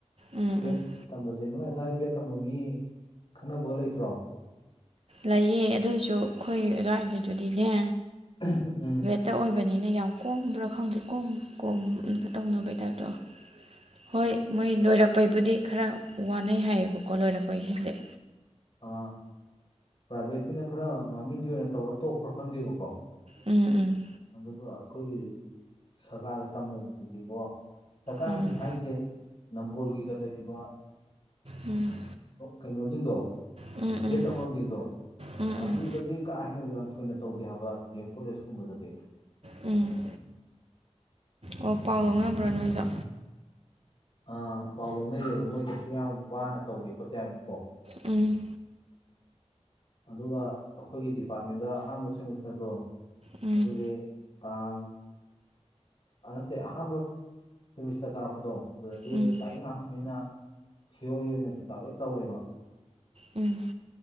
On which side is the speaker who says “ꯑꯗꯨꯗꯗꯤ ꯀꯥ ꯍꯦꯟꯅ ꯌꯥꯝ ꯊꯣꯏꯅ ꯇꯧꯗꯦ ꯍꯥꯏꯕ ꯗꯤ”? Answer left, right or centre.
Left